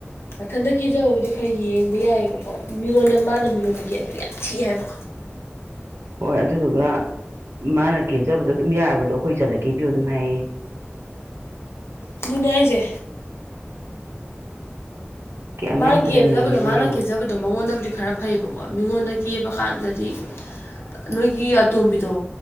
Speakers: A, on the left (about 70°); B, on the right (about 80°).
A: ꯃꯊꯟꯇ ꯀꯦꯖꯕꯕꯨꯗꯤ ꯈꯔ ꯌꯦꯡꯕ ꯌꯥꯏꯕꯀꯣ ꯃꯤꯉꯣꯟꯗ ꯃꯥꯅ ꯃꯤꯉꯣꯟꯗ ꯀꯦꯔꯛꯄꯗꯤ ꯌꯥꯝ ꯊꯤ ꯍꯥꯏꯕ
B: ꯍꯣꯏ ꯑꯗꯨꯗꯨꯒ ꯃꯥꯅ ꯀꯦꯖꯕꯗꯣ ꯑꯗꯨꯝ ꯌꯥꯔꯕꯗꯣ ꯑꯩꯈꯣꯏ ꯏꯆꯟꯗ ꯀꯦꯕꯤꯌꯨ ꯑꯗꯨꯝ ꯍꯥꯏꯌꯦꯌꯦ
A: ꯑꯗꯨꯅꯦ ꯍꯥꯏꯖꯦ
B: ꯀꯌꯥꯝ
A: ꯃꯥꯏ
B: ꯌꯥꯝ ꯐꯖꯅꯤꯡꯉꯒꯦꯗꯣ
A: ꯀꯦꯖꯕꯗꯣ ꯃꯥꯅꯥ
B: ꯌꯦꯡꯉꯣ
A: ꯀꯦꯖꯕ ꯑꯗꯣ ꯃꯉꯣꯟꯗꯕꯨꯗꯤ ꯈꯔ ꯐꯩꯕꯀꯣ ꯃꯤꯉꯣꯟꯗ ꯀꯦꯕ ꯀꯥꯟꯗꯗꯤ ꯅꯣꯏꯒꯤ ꯑꯇꯣꯝꯕꯤꯗꯣ